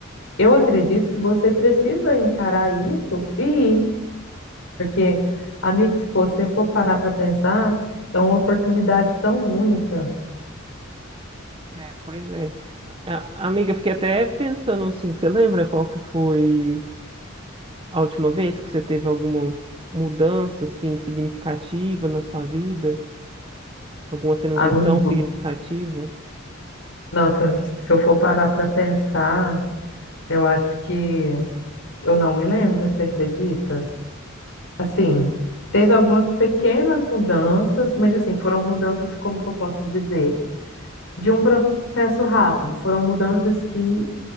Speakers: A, on the left (about 70°); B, on the right (about 25°).
A: Eu acredito que você precisa encarar isso e ir porque, amigo, se você for parar para pensar, é uma oportunidade tão única,
B: É, pois é. A- amiga, eu fiquei até pensando assim, você lembra qual que foi A última vez que você teve alguma mudança assim significativa na sua vida, alguma transição
A: amigo.
B: significativa?
A: Nossa, se eu for parar para pensar, eu acho que eu não me lembro, você acredita? Assim, teve algumas pequenas mudanças, mas assim, foram mudanças, como que eu posso dizer? De um processo rápido, foram mudanças que